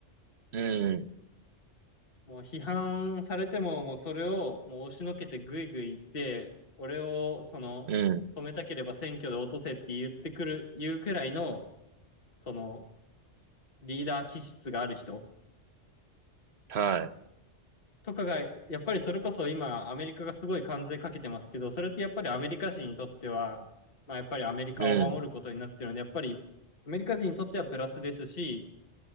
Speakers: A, on the right (about 65°); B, on the left (about 50°).
A: うん、
B: もう批判されても、もうそれをもう押しのけてぐいぐい言って、俺をその、
A: うん、
B: 止めたければ選挙で落とせって言ってくる、言うくらいの、その、リーダー気質がある人。
A: はい。
B: とかが、やっぱりそれこそ今、アメリカがすごい関税かけてますけど、それってやっぱりアメリカ人にとっては、まあやっぱりアメリカを守ることになってるので、
A: うん、
B: やっぱりアメリカ人にとってはプラスですし、